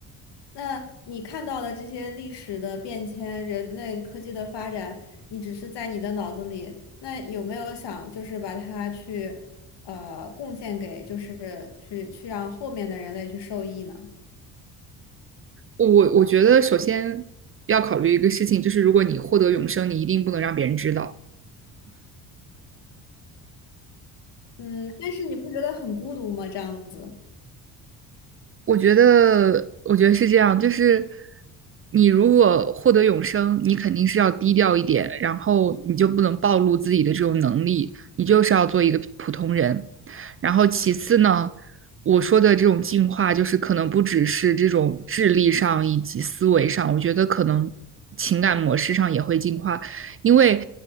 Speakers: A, on the left; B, on the right.
A: 那你看到的这些历史的变迁、人类科技的发展，你只是在你的脑子里，那有没有想就是把它去呃贡献给，就是去去让后面的人类去受益呢？
B: 我我觉得首先要考虑一个事情，就是如果你获得永生，你一定不能让别人知道。
A: 嗯，但是你不觉得很孤独吗？这样子。
B: 我觉得，我觉得是这样，就是你如果获得永生，你肯定是要低调一点，然后你就不能暴露自己的这种能力，你就是要做一个普通人。然后其次呢，我说的这种进化，就是可能不只是这种智力上以及思维上，我觉得可能情感模式上也会进化，因为